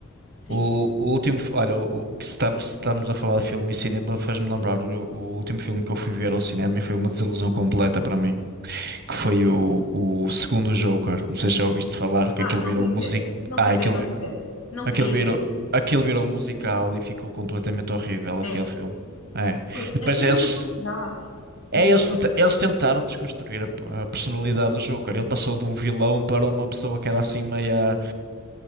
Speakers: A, on the left (about 80°); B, on the right (about 50°).
A: sim.
B: O, o último, fi- olha, o, o que se está- se estamos a falar de filme e cinema faz-me lembrar o, o último filme que eu fui ver ao cinema e foi uma desilusão completa para mim, que foi o, o segundo Joker. Não sei se já ouviste falar, que
A: Ah,
B: aquilo
A: não
B: virou
A: fui
B: música.
A: ver, não
B: Ah,
A: fui
B: aquilo,
A: ver, não fui ver. Não
B: Aquilo
A: queria
B: virou,
A: ir ver.
B: aquilo virou um musical e ficou completamente horrível aquele
A: É,
B: filme. É.
A: pois,
B: E depois
A: havia
B: eles,
A: muita publicidade,
B: é,
A: mas
B: eles,
A: não
B: tenta-
A: fui.
B: eles tentaram desconstruir a, a personalidade do Joker. Ele passou de um vilão para uma pessoa que era assim meia.